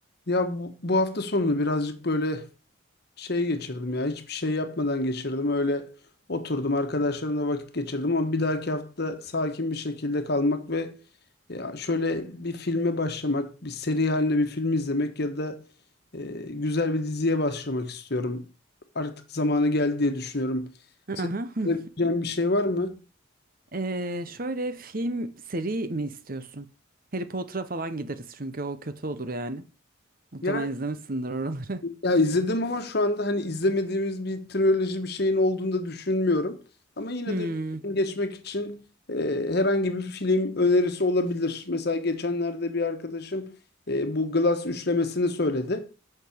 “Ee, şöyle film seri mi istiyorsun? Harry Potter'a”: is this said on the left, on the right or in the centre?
Right